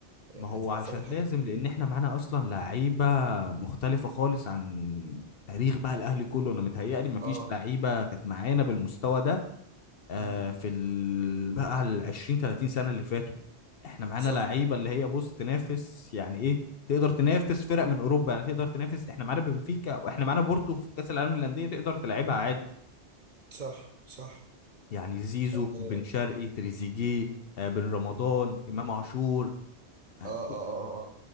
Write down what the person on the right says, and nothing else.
يعني
هتبقى
فعلا حاجة
كويسة
جدا
اه
امم
صح
صح صح
اه
اه
اه اه اه